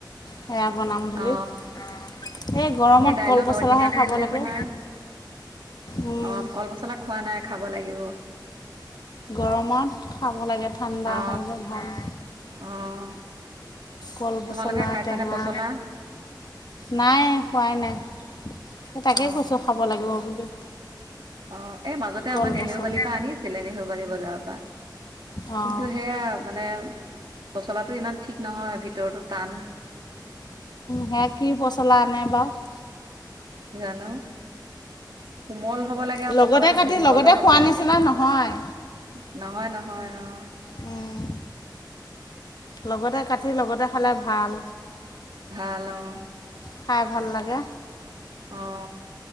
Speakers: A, on the left; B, on the right.
A: সেয়া বনাম বুলি
B: অ
A: অ'। এই গৰমত
B: দাইলত
A: কল পচলাহে
B: ঔটেঙাটো
A: খাব
B: দিলে
A: লাগে।
B: তোমাৰ
A: উম,
B: অ', কল পচলা খোৱা নাই খাব লাগিব।
A: গৰমত খাব লাগে ঠাণ্ডা
B: অ
A: হয় যে ভাল।
B: অ'।
A: কলপচলা,
B: তোমালোকে খাইছানে
A: টেঙা
B: পচলা
A: নাই খোৱাই নাই, সেই তাকেই
B: অ
A: কৈছোঁ খাব লাগিব বুলি।
B: অ, এই মাজতে
A: কল
B: আমাৰ নেহৰুবালিৰ
A: পচলা
B: পৰা আনিছিলে, নেহৰুবালি বজাৰৰ পৰা।
A: অঁ
B: কিন্তু সেয়া মানে, পচলাটো ইমান ঠিক নহয়, ভিতৰতো টান।
A: সেয়া কি, পচলা আনে বাৰু
B: জানো, কোমল হ'ব লাগে
A: লগতে
B: পচলাটো
A: কাটি
B: ভীমকলৰ
A: লগতে
B: হ'ব
A: খোৱাৰ
B: লাগে,
A: নিচিনা নহয়
B: নহয়, নহয়, অ,
A: উম, লগতে কাটি, লগতে খালে ভাল।
B: ভাল অ,
A: খাই ভাল লাগে।
B: অ,